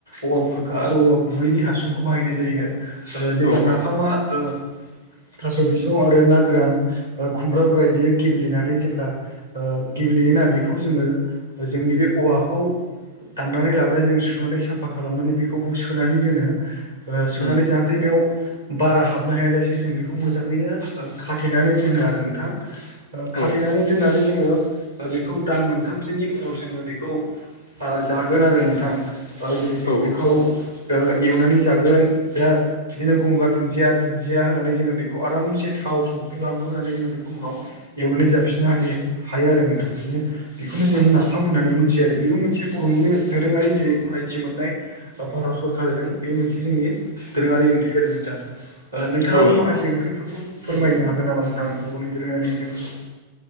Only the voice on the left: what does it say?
औ
औ
उम
औ
औ
औ
औ नोंथां
औ